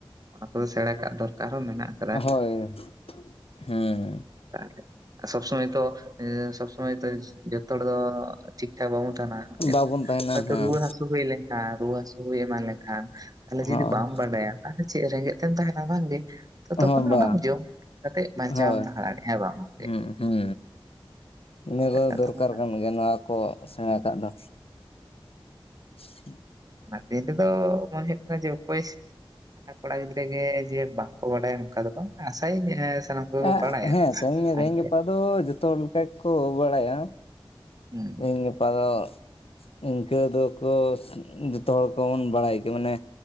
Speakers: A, on the right (about 40°); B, on the left (about 85°).
A: ᱚᱱᱟ ᱠᱚᱫᱚ ᱥᱮᱬᱟ ᱠᱟᱜ ᱫᱚᱨᱠᱟᱨ ᱦᱚᱸ ᱢᱮᱱᱟᱜᱼᱟ᱾
B: ᱦᱳᱭ ᱦᱩᱸᱻ
A: ᱛᱟᱦᱞᱮ ᱥᱚᱵᱽ ᱥᱚᱢᱚᱭ ᱛᱚ ᱥᱚᱵᱽ ᱥᱚᱢᱚᱭ ᱛᱚ ᱡᱚᱛᱚ ᱦᱚᱲ ᱫᱚ ᱴᱷᱤᱠ ᱴᱷᱟᱠ ᱵᱟᱵᱚᱱ ᱛᱟᱹᱦᱮᱱᱟ᱾
B: ᱵᱟᱵᱚᱱ ᱛᱟᱦᱮᱱᱟ
A: ᱦᱚᱭᱛᱚ
B: ᱦᱮᱸ
A: ᱨᱩᱣᱟᱹ ᱦᱟᱹᱥᱩ ᱦᱩᱭ ᱞᱮᱱᱠᱷᱟᱱ ᱨᱩᱣᱟᱹ ᱦᱟᱹᱥᱩ ᱦᱩᱭ ᱮᱢᱟᱱ ᱞᱮᱠᱷᱟᱱ ᱛᱟᱦᱚᱞᱮ ᱡᱩᱫᱤ
B: ᱦᱚᱸ
A: ᱵᱟᱢ <unintelligible> <unintelligible> ᱫᱚ ᱪᱮᱫ ᱨᱮᱸᱜᱮᱡ ᱛᱮᱢ ᱛᱟᱹᱦᱮᱱᱟ ᱵᱟᱝᱜᱮ ᱛᱚ ᱛᱚᱠᱷᱚᱱ
B: ᱦᱚᱸ ᱵᱟ
A: ᱚᱱᱟᱢ ᱡᱚᱢ <unintelligible> ᱵᱟᱧᱪᱟᱣᱮᱢ
B: ᱦᱳᱭ
A: ᱛᱟᱦᱮᱸ ᱫᱟᱲᱮᱭᱟᱜᱼᱟ ᱦᱮᱸ ᱵᱟᱝ ᱜᱚᱝᱠᱮ
B: ᱦᱩᱸ ᱦᱩᱸ ᱤᱱᱟ
A: ᱦᱳᱭ,
B: ᱫᱚ
A: ᱠᱟᱛᱷᱟ
B: ᱫᱚᱨᱠᱟᱨ
A: ᱢᱟ
B: ᱠᱟᱱ᱾ ᱜᱮ ᱱᱚᱣᱟ ᱠᱚ ᱥᱮᱬᱟ ᱟᱹᱠᱟᱫ ᱫᱚ <inaudible>
A: ᱱᱟᱛᱮ ᱛᱮᱫᱚ ᱢᱚᱱᱮ ᱠᱟᱱᱟ ᱡᱮ <unintelligible> ᱡᱟᱦᱟᱭ ᱠᱚᱲᱟ ᱜᱤᱫᱽᱨᱟᱹ ᱜᱮ ᱡᱮ ᱵᱟᱝᱠᱚ ᱵᱟᱰᱟᱭᱟ ᱱᱚᱝᱠᱟ ᱫᱚ ᱵᱟᱝ ᱟᱹᱥᱟᱭᱤᱧ ᱥᱟᱱᱟᱢ ᱠᱚᱜᱮ
B: <unintelligible>
A: ᱠᱚ ᱵᱟᱲᱟᱭᱟ
B: ᱦᱮᱸ ᱛᱮᱦᱮᱧ
A: ᱟᱨ
B: ᱨᱮᱧ
A: ᱪᱮᱫ
B: ᱜᱟᱯᱟ ᱫᱚ ᱡᱚᱛᱚ ᱦᱚᱲ ᱞᱮᱠᱟ ᱜᱮ ᱠᱚ ᱵᱟᱹᱲᱟᱭᱟ
A: <inaudible>
B: ᱛᱮᱦᱮᱧ ᱜᱟᱯᱟ ᱫᱚᱜ ᱤᱱᱠᱟᱹ ᱫᱚᱠᱚ <unintelligible> ᱡᱚᱛᱚ ᱦᱚᱲ ᱠᱚᱵᱚᱱ ᱵᱟᱹᱲᱟᱭ ᱜᱮ ᱢᱟᱱᱮ